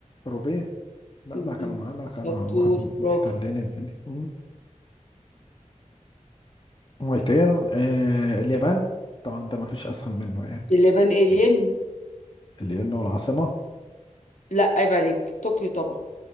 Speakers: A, on the left (about 40°); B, on the left (about 65°).
A: روبيه لا
B: م-
A: ده كانوا
B: م.
A: معانا كانوا
B: شطور
A: مح-
B: برافو
A: محتلين الدنيا مم. ماي تيرن آه اليابان طبعا ده مفيش أسهل منه يعني
B: باللبان الين
A: مم. الين والعاصمة
B: لا عيب عليك طوكيو طبعا